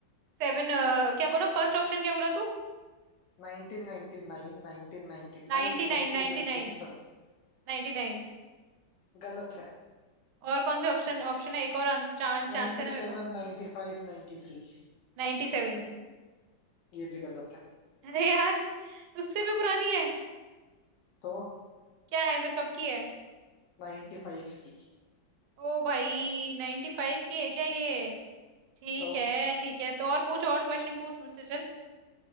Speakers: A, on the right (about 70°); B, on the left (about 70°).
A: सेवन क्या बोला फर्स्ट ऑप्शन क्या बोला तू
B: 1999 1995
A: Ninety nine
B: 1997
A: ninety nine Ninety nine
B: गलत है
A: और कौन से ऑप्शन ऑप्शन है एक और चांस चांस
B: 97
A: है ना मेरे पास
B: 95 93
A: Ninety seven
B: ये भी गलत है
A: अरे यार उससे भी पुरानी है
B: तो
A: क्या है फिर कब की है
B: 95 की
A: ओ भाई नाइनटी फाइव की है क्या ये ठीक
B: तो
A: है ठीक है तो और पूछ और क्वेश्चन पूछ मुझसे चल